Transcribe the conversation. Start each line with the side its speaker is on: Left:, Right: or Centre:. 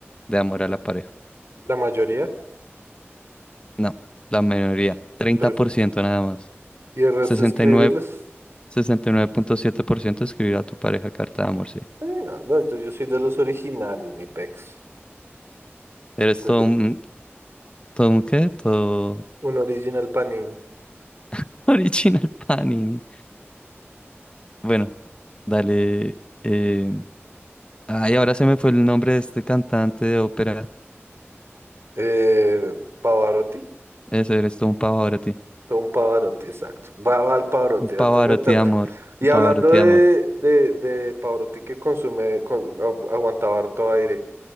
Left: de amor a la pareja.
Right: La mayoría,
Left: No, la mayoría. treinta
Right: pero
Left: por ciento nada más.
Right: y el resto
Left: sesenta
Right: escribirles.
Left: sesenta y y nueve sesenta y nueve punto 69, 69.7% escribir a tu pareja carta de amor, sí.
Right: Eh, no, no, yo yo soy de los originales, mi pex.
Left: Eres
Right: De
Left: todo
Right: lo-
Left: un... ¿Todo un qué? Todo
Right: un original Panini.
Left: <laughs> original Panini. Bueno, dale. Eh... Ay, ahora se me fue el nombre de este cantante de ópera.
Right: Eh, Pavarotti,
Left: Ese eres todo un pavo ahora,
Right: un Pavarotti, exacto. Va, va al Pavarotti,
Left: Un pavarotti
Right: entonces me toca.
Left: de amor.
Right: Y
Left: Un
Right: hablando
Left: pavarotti
Right: de,
Left: de amor.
Right: de, de Pavarotti que consume, con- agu- aguantaba harto aire,